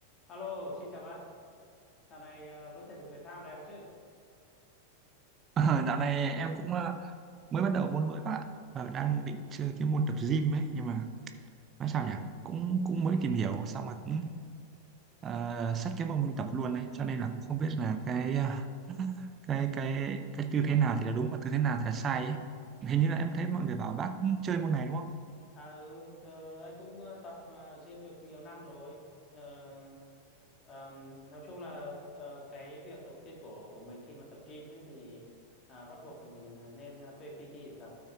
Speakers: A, on the left; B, on the right.
A: Alo, xin chào bạn. Dạo này ờ, vẫn thể dục thể thao đều chứ?
B: Ờ, dạo này em cũng ờ, mới bắt đầu môn mới bạn Ờ, đang định chơi cái môn tập gym ấy nhưng mà nói sao nhỉ cũng cũng mới tìm hiểu xong rồi cũng uh, xách cái mông đi tập luôn đấy cho nên là cũng không biết là cái ờ, cái cái cái tư thế nào thì là đúng và tư thế nào thì là sai ấy. Hình như là em thấy mọi người bảo bác cũng chơi môn này đúng không?
A: À ừ, tờ- anh cũng ờ, tập ờ, gym được nhiều năm rồi. Ờ, ờm, nói chung là ờ, cái việc đầu tiên của của mình khi mà tập gym ấy thì à, bắt buộc là mình à, nên à, thuê PT để tập.